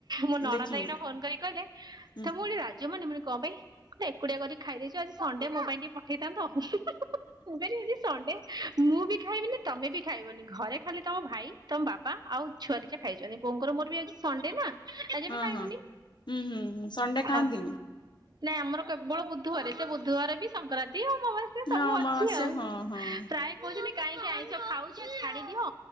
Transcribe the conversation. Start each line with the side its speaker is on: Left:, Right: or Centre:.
Right: ମୋ ନଣନ୍ଦ
Left: ଦେଖିନି
Right: ଏଇଣା ଫୋନ୍ କରିକି କହିଲେ
Left: ହୁଁ
Right: ତୋମକୁ ଟିକେ ଲା ଜମାନିମୁଡି କଣ ପାଇଁ? କହିଲେ ଏକୁଟିଆ କରି ଖାଇ ଦେଇଚୁ ଆଜ ସଣ୍ଡ୍ ଡେ ମୋ ପାଇଁ ଟିକେ ପଠେଇଥାନ୍ତ। ମୁଁ ବି ଆଜି ଆଜି ସଣ୍ଡେ ମୁଁ ବି ଖାଇବିନି, ତୋମେ ବି ଖାଇବନି ଘରେ ଖାଲି ତୋମ ଭାଇ, ତୋମ ବାବା ଆଉ ଛୁଆ ଦିଟା ଖାଇଚନ୍ତି ବୋଉଙ୍କର ମୋର ବି ଆଜି ସଣ୍ଡେ ନା। ଆଜି ଆମେ
Left: ଅଁ,
Right: ଖାଇବୁନି
Left: ହଁ, ଉଁ, ହୁଁ, ହୁଁ, ସଣ୍ଡେ ଖାଆନ୍ତିନି?
Right: ହଉ ନାଇଁ ଆମର କେବଳ ବୁଧୁବାରେ ସେ ବୁଧୁବାରେ ବି ସଂକ୍ରାନ୍ତ ତି ଇଏ ମୋ ପାଖେ ସେ ସବୁ
Left: ହଁ ଅମାବାସ୍ୟା
Right: ଅଛି ଆଉ
Left: ହଁ ହଁ
Right: ପ୍ରାୟ କହୁଚନ୍ତି କାହିଁକି ଆଇଁଷ ଖାଉଛ ଛାଡ଼ି ଦିଅ।